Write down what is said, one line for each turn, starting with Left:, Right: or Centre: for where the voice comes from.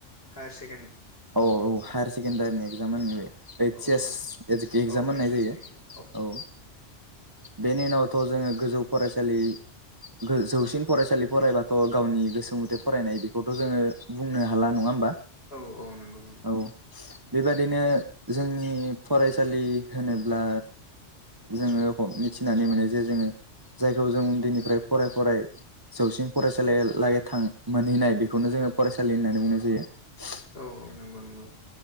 Left: हायारसे
Right: औ औ हायार सेकेण्डारिनि एगजाम होन ओइ
Left: औ
Right: सि एस
Left: औ
Right: एगजाम
Left: औ ओइस
Right: होननाय जायो
Left: एस एगजाम
Right: औ बेनि उनावथ' जोङो गोजौ फरायसालि गो जौसिन फरायसालि फरायबाथ' गावनि गोसो म'थे फरायनाय बेखौथ' जोङो बुंनो हाला नङा होमबा?
Left: औ औ नंगौ नंगौ
Right: औ
Left: ।
Right: बेबादिनो जोंनि फरायसालि होनोब्ला जोङो ह'म मिथिनानै मोनो जे जोङो जायखौ जों उन्दैनिफ्राय फराय फराय जौसिन फरायसालिया
Left: औ
Right: लागै थां मोनहैनाय बेखौनो जोङो फरायसालि होननानै बुंनाय जायो ।
Left: औ औ नंगौ नंगौ ।